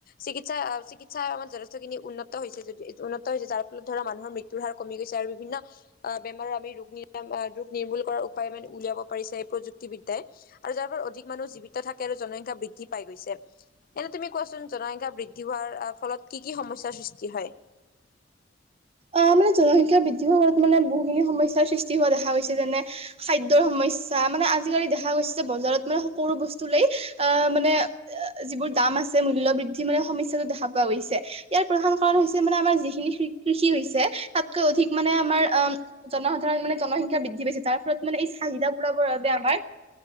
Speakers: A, on the left; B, on the right.
A: চিকিৎসা চিকিৎসাই আমাক যথেষ্ট উন্নত হৈছে, যদি উন্নত হৈছে যাৰ ফলত ধৰা মানুহৰ মৃত্যুৰ হাৰ কমি গৈছে আৰু বিভিন্ন আঁ বেমাৰৰ আমি ৰোগ নি আ ৰোগ নিৰ্মূল কৰাৰ উপায় মানে উলিয়াব পাৰিছে এই প্ৰযুক্তিবিদ্যাই আৰু যাৰ ফলত অধিক মানুহ জীৱিত থাকে আৰু জনসংখ্যা বৃদ্ধি পাই গৈছে। এনে তুমি কোৱাচোন জনসংখ্যা বৃদ্ধি হোৱা আ ফলত কি কি সমস্যাৰ সৃষ্টি হয়।
B: আহ মানে জনসংখ্যা বৃদ্ধি হোৱাত মানে বহুখিনি সমস্যাৰ সৃষ্টি হোৱা দেখা গৈছে যেনে খাদ্যৰ সমস্যা মানে আজিকালি দেখা গৈছে। বজাৰত মানে সকলো বস্তুৱেই আ মানে যিবোৰ দাম আছে মূল্য বৃদ্ধি মানে সমস্যা দেখা পোৱা গৈছে ইয়াৰ প্ৰধান কাৰণ হৈছে মানে আমাৰ যিখিনি কৃ কৃষি হৈছে তাতকৈ অধিক মানে আ মাৰ আ জনসাধাৰণ মানে জনসংখ্যা বৃদ্ধি পাইছে যাৰ ফলত মানে এই চাহিদা পোৰাবৰ বাবে আমাৰ